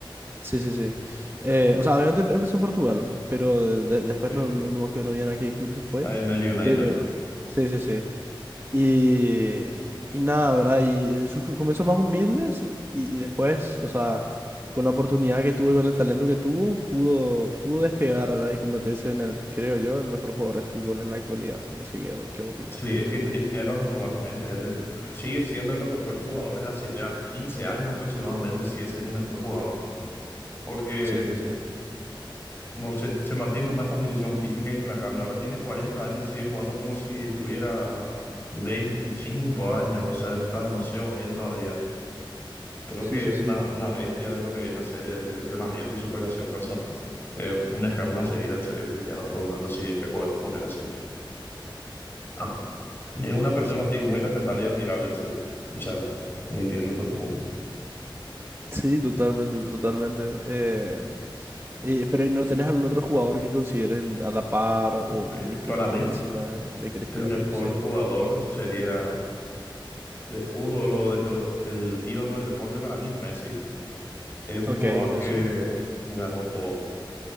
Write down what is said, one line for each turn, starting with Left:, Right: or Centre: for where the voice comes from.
Right: sí, sí, sí. Eh, o sea, obviamente em, empezó en Portugal, pero de- de- después
Left: sí,
Right: no, no, no me acuerdo bien a qué club se fue.
Left: en el United.
Right: Pero, sí, sí, sí. Y, y nada, ¿verdad? Y eh, sus comienzos más humildes eh, y, y después, o sea, con la oportunidad que tuvo y con el talento que tuvo, pudo, pudo despegar, ¿verdad? Y convertirse en el, creo yo, el mejor jugador de fútbol en la actualidad. No sé qué, o- qué opinas.
Left: Sí, es que Cristiano actualmente es el- sigue siendo uno de los mejores jugadores hace ya 15 años aproximadamente, sigue siendo el mejor jugador. Porque
Right: Sí, sí, sí.
Left: no se, se mantiene en una condición física implacable. Ahora tienes 40 años y sigue jugando como si tuviera 25 años, o sea, está demasiado bien todavía. Creo
Right: Sí,
Left: que
Right: sí,
Left: es una,
Right: sí.
Left: una bestia de lo que viene a ser el entrenamiento y su relación personal. Eh, un ejemplo a seguir en serio, Cristiano Ronaldo, si es que puedo poner así. Ah, Es una persona
Right: Sí,
Left: así muy respetable y admirable, en serio. O sea, entiendo tu punto.
Right: sí, totalmente, totalmente. Eh, eh, pero ¿y no tenés algún otro jugador que consideres a la par o, o
Left: Sí.
Right: incluso
Left: Para mí,
Right: por encima de, de Cristiano?
Left: el mejor
Right: Sí.
Left: jugador sería de fútbol o de- o el ídolo del deporte para mí es Messi. Es un
Right: Ok,
Left: jugador
Right: Messi.
Left: que ganó todo